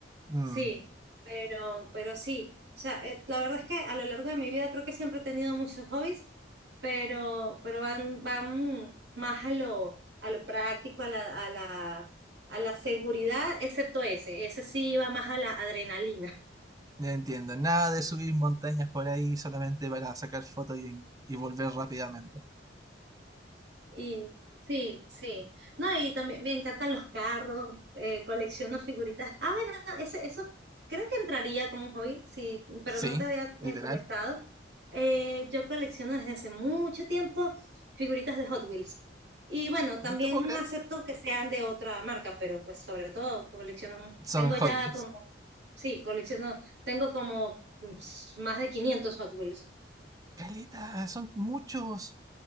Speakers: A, on the right; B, on the right.
A: Mm,
B: Sí, pero, pero sí. O sea, eh, la verdad es que a lo largo de mi vida creo que siempre he tenido muchos hobbies, pero, pero van, van más a lo, a lo práctico, a la, a la, a la seguridad, excepto ese. Ese sí va más a la adrenalina.
A: ya entiendo. Nada de subir montañas por ahí solamente para sacar fotos y, y volver rápidamente.
B: Y sí, sí. No, y también me encantan los carros, eh, colecciono figuritas. Ah, bueno, ese, eso creo que entraría como un hobby, sí, pero
A: Sí,
B: no te había
A: literal.
B: eh, comentado. eh, yo colecciono desde hace mucho tiempo figuritas de Hot Wheels. Y bueno, también
A: No te puedo creer.
B: acepto que sean de otra marca, pero pues sobre todo colecciono,
A: Son
B: tengo
A: Hot
B: ya
A: Wheels.
B: como, sí, colecciono, tengo como mm, s- más de 500 Hot Wheels.
A: Caleta, son muchos.